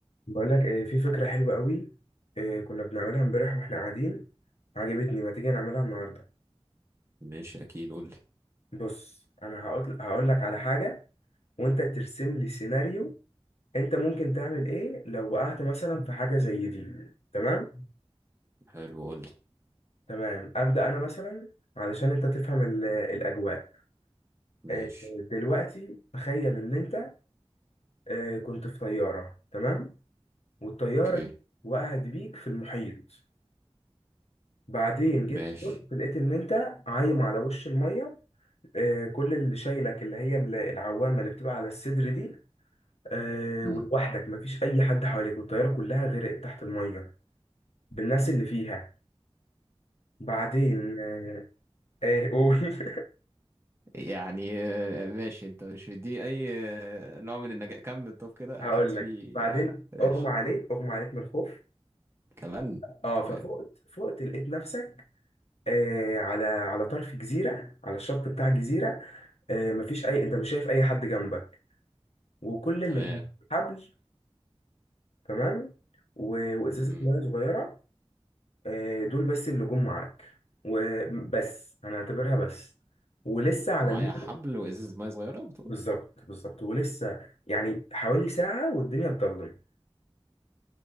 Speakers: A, on the left (about 80°); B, on the right (about 25°).
A: بقول لك ايه في فكرة حلوة قوي إيه كنا بنعملها امبارح واحنا قاعدين عجبتني ما تيجي نعملها النهاردة
B: ماشي اكيد قول لي
A: بص انا هقول هقول لك على حاجة وانت ترسم لي سيناريو انت ممكن تعمل ايه لو وقعت مثلا في حاجة زي دي تمام
B: حلو قول لي
A: تمام ابدأ انا مثلا علشان انت تفهم ال- الاجواء
B: ماشي
A: إيه دلوقتي تخيل ان انت إيه كنت في طيارة تمام والطيارة
B: اوكي
A: دي وقعت بيك في المحيط بعدين
B: ماشي
A: جيت بص لقيت ان انت عايم على وش المية آه، كل اللي شايلك اللي هي ال- العوامه اللي بتبقى على الصدر دي آه،
B: مم.
A: ولوحدك مفيش اي حد حواليك والطياره كلها غرقت تحت الميه بالناس اللي فيها بعدين آه، ايه قول <laughs>
B: يعني آه، ماشي انت مش مديني اي آه، نوع من النجاح كمل طب كده
A: هقول
B: اكيد في
A: لك بعدين
B: آه، ماشي
A: اغمى عليك اغمى عليك من الخوف
B: كمان
A: اه
B: تمام
A: ففقت فقت لقيت نفسك آه على على طرف جزيره على الشط بتاع جزيره آه مفيش اي انت مش شايف اي حد جنبك وكل اللي
B: تمام
A: جنبك حبل تمام و... وازازه
B: مم.
A: ميه صغيره آه، دول بس اللي جم معاك وبس انا هعتبرها بس ولسه على
B: معايا
A: النت
B: حبل وازازة مية صغيرة بتقول
A: بالظبط بالظبط ولسه يعني حوالي ساعة والدنيا اتضلم